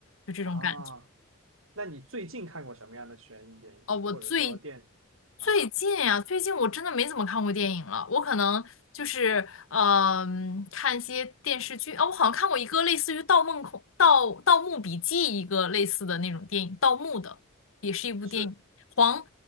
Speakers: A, on the left; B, on the right.
A: 就这种感觉。
B: 啊，那你最近看过什么样的悬疑电影，
A: 哦，我最
B: 或者说电视啊？
A: 最近呀、最近我真的没怎么看过电影了。我可能就是嗯、看一些电视剧啊。我好像看过一个类似于《盗梦空》《盗盗墓笔记》一个类似的那种电影，盗墓的，也是一部电影，
B: 是
A: 黄